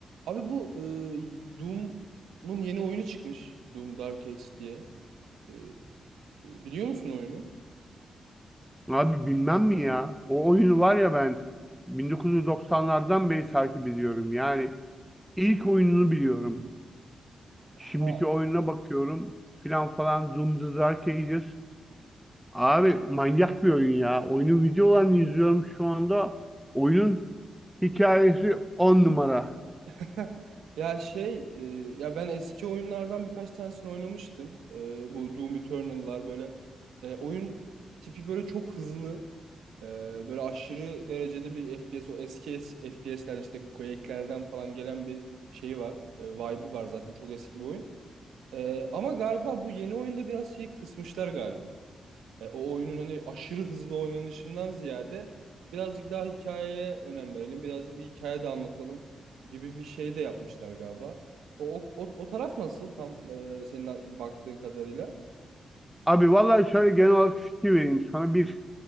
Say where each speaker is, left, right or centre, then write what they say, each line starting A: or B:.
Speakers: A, on the right (about 85°); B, in the centre.
A: Abi bu e, Doom'un yeni oyunu çıkmış. Doom Dark Age diye. E, biliyor musun oyunu?
B: Abi bilmem mi ya? O oyunu var ya ben 1990'lardan beri takip ediyorum. Yani ilk oyununu biliyorum. Şimdiki
A: Ha.
B: oyununa bakıyorum filan falan Doom the Dark Ages. Abi manyak bir oyun ya. Oyunun videolarını izliyorum şu anda. Oyunun hikayesi on numara.
A: <laughs> Ya şey e, ya ben eski oyunlardan birkaç tanesini oynamıştım. E, bu Doom Eternal'lar böyle e, oyun tipi böyle çok hızlı. e, böyle aşırı derecede bir FPS o eski FPS'ler işte Quake'lerden falan gelen bir şeyi var. E, vibe'ı var zaten çok eski bir oyun. E, ama galiba bu yeni oyunda biraz şeyi kısmışlar galiba. E, o oyunun hani aşırı hızlı oynanışından ziyade birazcık daha hikayeye önem verelim. Birazcık bir hikaye de anlatalım gibi bir şey de yapmışlar galiba. O, o, o, o taraf nasıl tam e, senin baktığın kadarıyla?
B: Abi vallahi şöyle genel olarak fikir vereyim sana. Bir,